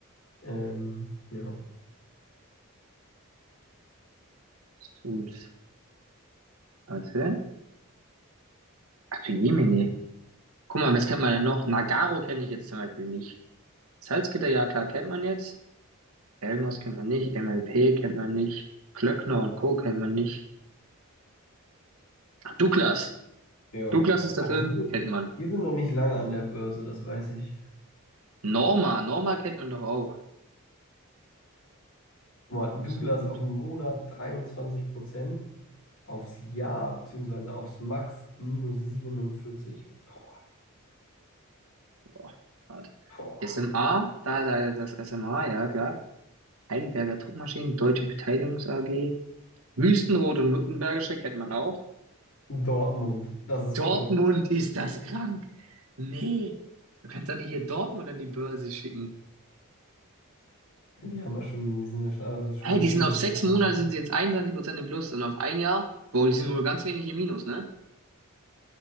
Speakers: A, on the left; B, on the right.
A: Ähm, ja.
B: Süß. Warte. Ach, Jemine. Guck mal, was kennt man denn noch? Nagaro kenne ich jetzt zum Beispiel nicht. Salzgitter, ja klar, kennt man jetzt. Elmos kennt man nicht, MLP kennt man nicht, Klöckner und Co. kennt man nicht. Douglas.
A: Ja.
B: Douglas ist da
A: Aber
B: drin,
A: die,
B: kennt man.
A: die sind noch nicht lange an der Börse, das weiß ich.
B: Norma, Norma kennt man doch auch.
A: Guck mal,
B: Konsumgüte.
A: Douglas auf den Monat 23 Prozent, aufs Jahr beziehungsweise aufs Max minus 47. Boah,
B: Boah, hart.
A: boah.
B: SMA, da, da das SMA, ja klar. Heidelberger Druckmaschinen, Deutsche Beteiligungs AG. Wüstenrot und Württembergische kennt man auch.
A: Dortmund, das ist
B: Dortmund
A: verrückt.
B: ist das krank. Nee, du kannst doch nicht hier Dortmund an die Börse schicken.
A: Die haben ja schon, die sind ja schon, ah, das ist schon
B: Hey,
A: eine
B: die
A: ziemliche
B: sind auf sechs
A: Power.
B: Monate
A: Ja,
B: sind sie jetzt 21% im Plus und auf ein Jahr, boah, die sind nur ganz wenig im Minus, ne?